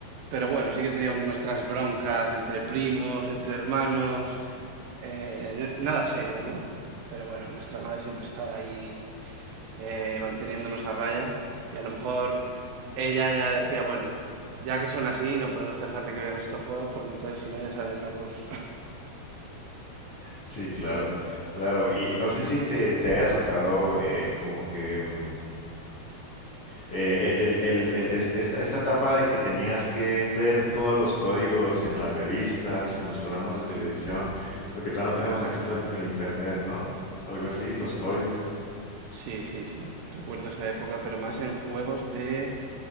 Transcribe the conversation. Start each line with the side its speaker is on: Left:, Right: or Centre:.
Right: pero bueno, sí que teníamos nuestras broncas entre primos, entre hermanos, eh, n- nada serio, ¿no? Pero bueno, nuestra madre siempre estaba ahí eh, manteniéndonos a raya y a lo mejor ella ya decía, bueno, ya que son así, no podemos dejarle que vean estos juegos porque entonces si no ya salen locos. <laughs>
Left: Sí, claro, claro. Y no sé si te, te haya tocado eh, como que mm, Eh, el, el- el- el- est- esta, esta etapa de que tenías que ver todos los códigos en las revistas, en los programas de televisión, porque todavía no teníamos acceso al, al internet, ¿no? Algo así, los códigos.
Right: Sí, sí, sí, recuerdo esa época, pero más en juegos de...